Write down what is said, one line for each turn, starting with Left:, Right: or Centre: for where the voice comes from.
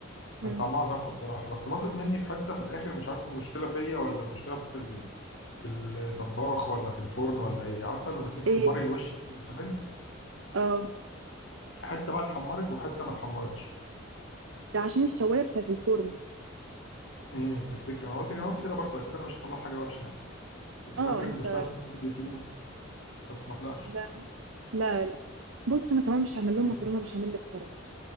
Left: كان
Right: امم
Left: طعمها تحفة بصراحة بس باظت مني في حتة في الاخر مش عارف المشكلة فيا ولا المشكلة في ال... في الطباخ ولا في الفرن ولا ايه عارفة لما تيجي تحمري
Right: ايه
Left: الوش بتاع البشاميل
Right: اه
Left: حتة بقى اتحمرت وحتة ما اتحمرتش
Right: ده عشان الشوايه بتاعت الفرن
Left: امم تفتكري ما أنا قلت انا قلت كده برضه اكيد انا مش هطلع حاجة وحشة يعني كنت
Right: اه
Left: فاكر المشكلة
Right: انت
Left: في اليوتيوب بس ما طلعش
Right: لا لا لا بص انا كمان مش هعمل لهم
Left: مم.
Right: مكرونه بشاميل بصراحه